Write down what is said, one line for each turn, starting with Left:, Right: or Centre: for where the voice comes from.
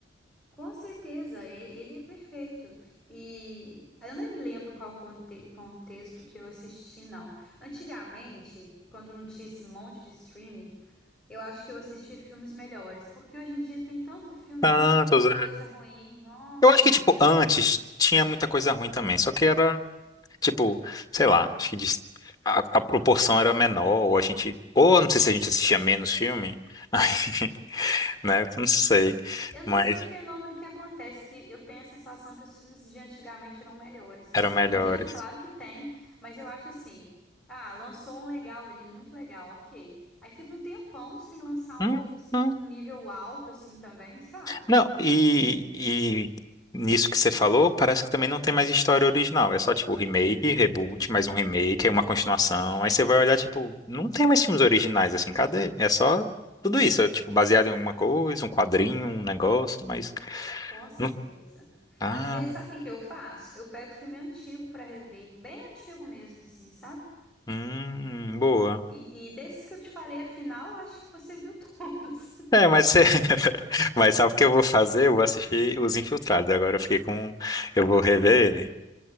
Centre: Com certeza, e- ele é perfeito. E eu não me lembro qual conte- contexto que eu assisti, não. Antigamente, quando não tinha esse monte de streaming, eu acho que eu assistia filmes melhores, porque hoje em dia tem tanto filme,
Left: Tantos,
Centre: muita coisa
Left: é.
Centre: ruim, nossa,
Left: Eu acho que, tipo,
Centre: muita
Left: antes
Centre: coisa.
Left: tinha muita coisa ruim também. Só que era, tipo, sei lá, acho que dis- a, a proporção era menor, ou a gente. Ou não sei se a gente assistia menos filme. <laughs> Aí, né? Não sei.
Centre: Eu
Left: Mas
Centre: não sei que fenômeno que acontece, que eu tenho a sensação que os filmes de antigamente eram melhores, assim.
Left: eram melhores.
Centre: Hoje em dia, claro que tem, mas eu acho assim, ah, lançou um legal ali, muito legal, ok. Aí fica um tempão sem lançar
Left: Uhum.
Centre: um outro, assim, num nível alto, assim, também, sabe?
Left: Não, e, e nisso que você falou, parece que também não tem mais história original. É só tipo remake, reboot, mais um remake, aí uma continuação. Aí você vai olhar, tipo, não tem mais filmes originais assim, cadê? É só tudo isso, é, tipo, baseado em alguma coisa, um quadrinho, um negócio, mas.
Centre: Com certeza.
Left: não- Ah,
Centre: Às vezes, sabe o que que eu faço? Eu pego filme antigo pra rever, bem antigo mesmo, assim, sabe?
Left: hum, boa.
Centre: E, e desses que eu te falei, afinal, eu acho que você viu <laughs> todos.
Left: É, mas você... <laughs> mas sabe o que eu vou fazer? Eu vou assistir Os Infiltrados. Agora eu fiquei com. Eu vou rever ele.